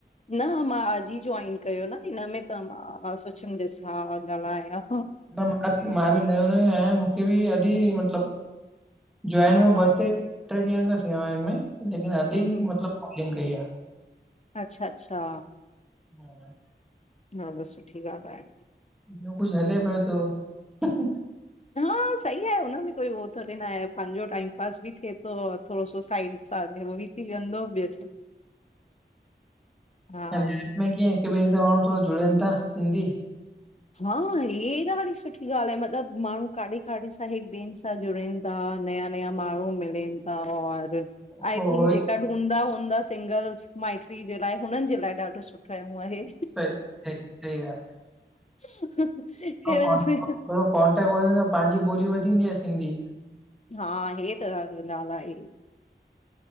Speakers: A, on the left (about 35°); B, in the centre.
A: न मां अॼ ई जोईन कयो न हिन में त मां सोचमि ॾिसां ॻाल्हायां।
B: न मां बि नयो, नयों आहियां मूंखे बि अॼ ई मतिलब। जोइन
A: हा
B: हू ॿ
A: हा,
B: टे टे ॾींहंनि खां थियो हिन में लेकिन अॼ
A: हूं
B: ई
A: हूं,
B: मतिलबु कॉलिंग कई आहे।
A: अच्छा, अच्छा।
B: हम। <unintelligible>
A: हा बस सुठी ॻाल्हि आहे।
B: ॿयो कुछु हले पियो थो।
A: हा, सही आहे हुनमें कोई उहो थोड़ी न आहे, पंहिंजो टाइम पास बि थिए थो और थोरो सो साइड सां उह बि थी वेंदो ब्यो छा हा
B: में कीअं हिकु ॿिए सां थोड़ो जुड़नि था सिंधी
A: हा, हे ॾाढी सुठी ॻाल्हि आहे, मतिलबु माण्हू काॾे काॾे सां हिकु ॿियनि सां जुड़नि था, नया नया माण्हू मिलनि था और
B: हो
A: आईं थिंक
B: हो
A: जेका हूंदा हूंदा सिंगल्स माइट्री जे लाए, हुननि जे लाए ॾाढो सुठो हु आहें।
B: <unintelligible>
A: ह ह
B: थोरो
A: <unintelligible>
B: कॉन्टेक्ट थोरो कॉन्टेक्ट वधंदो आहे, पंहिंजी ॿोली वधंदी आहे सिंधी
A: हा हे त गाल आहे।